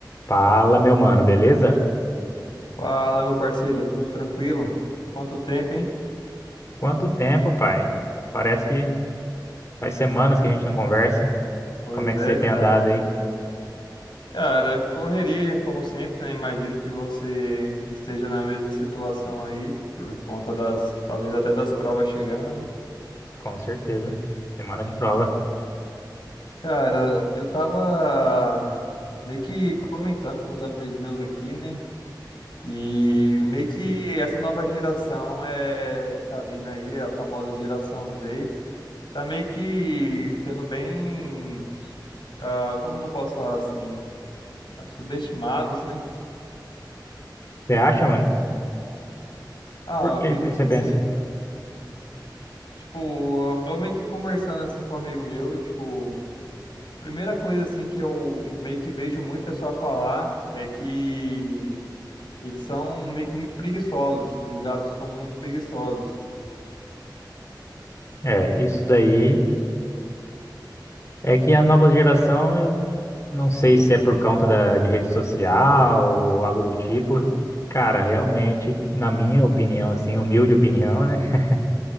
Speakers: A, on the left; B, on the left.
A: Fala, meu mano, beleza?
B: Fala, meu parceiro, tudo tranquilo? Quanto tempo, hein?
A: Quanto tempo, pai? Parece que faz semanas que a gente não conversa.
B: Pois
A: Como é que
B: é,
A: você tem
B: cara.
A: andado aí?
B: Cara, correria, como sempre, né? Imagino que você esteja na mesma situação aí, por conta das, talvez até das provas chegando, né?
A: Com certeza. Semana de prova.
B: Cara, eu tava meio que comentando com os amigos meus aqui, né? E meio que essa nova geração é que tá vindo aí, a famosa geração Z, tá meio que sendo bem, ah, como é que eu posso falar assim? Ah, Subestimados, né?
A: Você acha, mano?
B: Ah,
A: Por
B: eu acredito
A: que que você
B: que
A: pensa?
B: sim. Tipo, eu eu meio que conversando assim com um amigo meu e tipo, primeira coisa assim que eu meio que vejo muito pessoal falar é que eles são meio que muito preguiçosos, julgados como muito preguiçosos.
A: assim? É, isso daí é que a nova geração, eu não sei se é por conta da, de rede social ou algo do tipo. Cara, realmente, na minha opinião, assim, humilde opinião, né? <laughs>